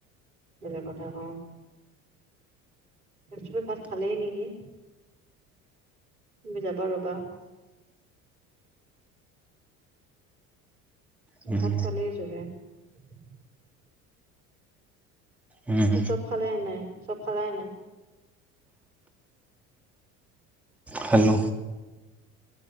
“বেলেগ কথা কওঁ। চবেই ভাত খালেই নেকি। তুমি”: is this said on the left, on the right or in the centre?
Right